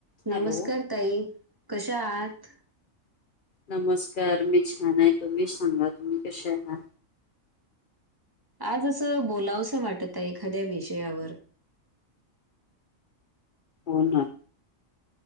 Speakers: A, on the right; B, on the left.
A: नमस्कार
B: Hello
A: ताई कशा आहात?
B: नमस्कार मी छान ये, तुम्ही सांगा तुम्ही कसे आहा?
A: आज असं बोलावसं वाटतय एखाद्या विषयावर.
B: हो ना